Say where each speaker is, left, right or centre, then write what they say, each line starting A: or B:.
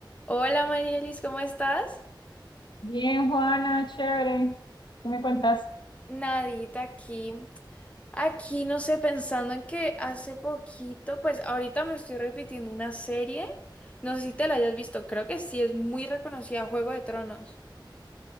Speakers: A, on the left; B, on the left.
A: Hola Marielis, ¿cómo estás?
B: Bien, Juana, chévere. ¿Qué me cuentas?
A: Nadita aquí, aquí no sé, pensando en que hace poquito, pues ahorita me estoy repitiendo una serie, no sé si te la hayas visto, creo que sí, es muy reconocida, Juego de Tronos.